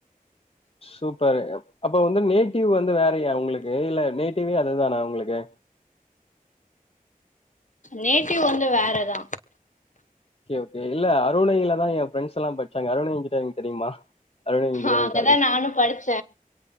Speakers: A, on the left; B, on the left.
A: சூப்பரு அப்ப வந்து நேட்டிவ் வந்து வேறையா உங்களுக்கு இல்ல நேட்டிவே அதுதானா உங்களுக்கு
B: நேட்டிவ் வந்து வேறதா
A: ஓகே ஓகே இல்ல அருணையிலதா என் பிரெண்ட்ஸ்லா படிச்சாங்க அருணை இஞ்சினரிங்க் தெரியுமா அருணை இன்ஜினியரிங்
B: அங்கதா
A: காலேஜ்.
B: நானும் படிச்ச